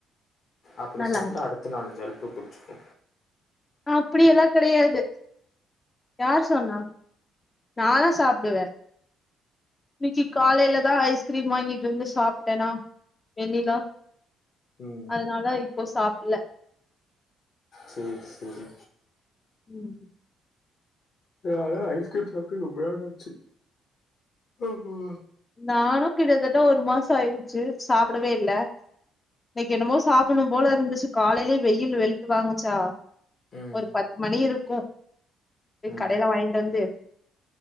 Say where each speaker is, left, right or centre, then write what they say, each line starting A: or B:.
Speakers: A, on the left (about 50°); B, on the left (about 25°).
A: அப்டி
B: நல்லா
A: சாப்டா
B: இருக்கு
A: அடுத்த நாள் ஜல்ப்பு புடிச்சுக்கு
B: அப்டியெல்லா கெடையாது யார் சொன்னா நாலா சாப்டுவே இன்னைக்கி காலேல தா ஐஸ்கிரீம் வாங்கிட்டு வந்து சாப்டேனா வெண்ணிலா
A: ம்.
B: அதனால இப்போ சாப்பில
A: சேரி சேரி
B: ம்
A: நாலா ஐஸ்கிரிம் சாப்டு ரொம்பா நாலாச்சு அம்மா
B: நானு கிட்டத்தட்ட ஒரு மாச ஆயிருச்சு சாப்டவே இல்ல இன்னைக்கி என்னமோ சாப்பிணு போல இருந்துச்சு காலேலயே வெயில் வெளுத்து வாங்குச்சா
A: ம்,
B: ஒரு பத்து மணி இருக்கு போய்
A: ம்,
B: கடேல வாங்கிட்டு வந்து